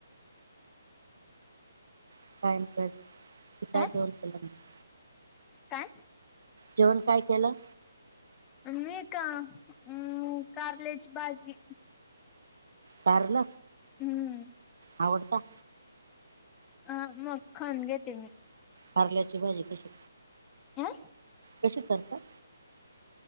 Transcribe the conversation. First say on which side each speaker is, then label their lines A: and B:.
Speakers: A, on the right (about 70°); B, on the left (about 15°).
A: <unintelligible> तु काय जेवण
B: अ
A: केलं मग?
B: काय?
A: जेवण काय केलं?
B: मी का अं कारल्याची भाजी.
A: कारल.
B: हम्म.
A: आवडत?
B: हा मग खाऊन घेते मी.
A: कारल्याची भाजी कशी...
B: आं.
A: कशी करता?